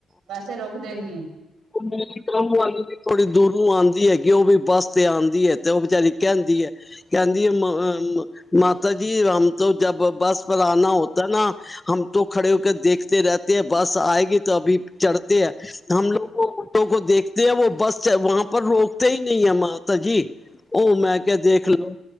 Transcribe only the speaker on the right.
ਵੈਸੇ ਰੋਕਦੇ ਨੀ ਏ।